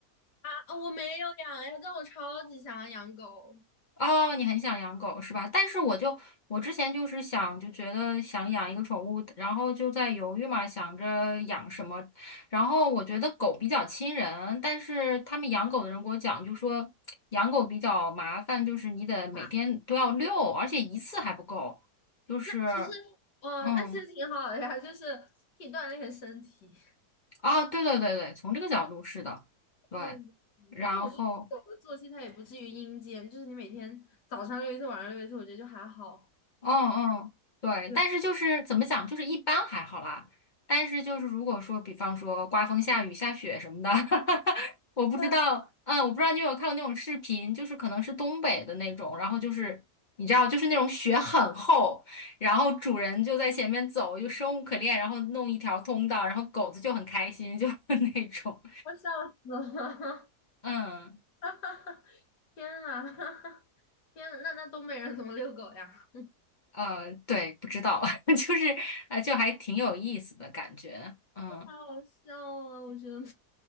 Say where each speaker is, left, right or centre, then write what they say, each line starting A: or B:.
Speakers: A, on the left (about 75°); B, on the left (about 30°).
A: 啊，啊我没有养呀，但我超级想养狗。
B: 哦，你很想养狗是吧？但是我就我之前就是想，就觉得想养一个宠物，然后就在犹豫嘛，想着养什么。然后我觉得狗比较亲人，但是他们养狗的人给我讲，就说养狗比较麻烦，就是你得每天都要遛，
A: 啊
B: 而且一次还不够。就是
A: 那其实，哦，
B: 嗯，
A: 那其实挺好的呀，就是可以锻炼身体。
B: 啊，对对对对，从这个角度是的，对，
A: 对的嗯但我觉得狗的作息它也不至于阴间，
B: 然后。
A: 就是你每天早上遛一次，晚上遛一次，我觉得就还好。
B: 嗯嗯，对，
A: 对，
B: 但是就是怎么讲，就是一般还好啦。但是就是如果说，比方说刮风下雨下雪什么的，<laughs> 我不知道，
A: 对
B: 嗯，我不知道你有没有看过那种视频，就是可能是东北的那种，然后就是你知道，就是那种雪很厚，然后主人就在前面走，就生无可恋，然后弄一条通道，然后狗子就很开心，就 <laughs> 那种，
A: 我笑死了，
B: 嗯
A: <laughs> 天啊，<laughs> 天啊，那那东北人怎么遛狗呀？
B: 嗯，对，不知道，<laughs> 就是啊，呃就还挺有意思的感觉，嗯。
A: <laughs> 我太好笑啊！我觉得。<laughs>